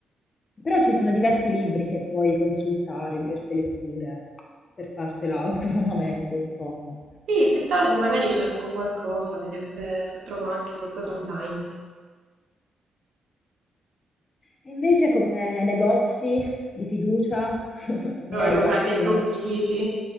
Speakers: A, on the left; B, on the right.
A: Però ci sono diversi libri che puoi consultare, diverse letture per fartela <laughs> autonomamente, insomma.
B: Sì, più tardi magari cerco qualcosa, vediamo se se trovo anche qualcosa online.
A: E invece come negozi di fiducia <laughs>
B: Dove
A: ne hai
B: comprare
A: qualcuno?
B: i trucchi, dici?